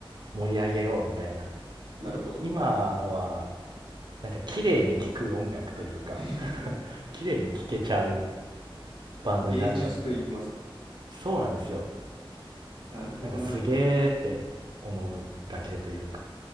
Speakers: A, on the right; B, on the right.
A: 盛り上げようみたいな。
B: なるほど。
A: 今は、なんか綺麗に聴く音楽というか、
B: <laughs>
A: 綺麗に聴けちゃうバンドになっちゃって、
B: 芸術と言います。
A: そうなんですよ。
B: なるほどな。
A: なんかすげーって思うだけという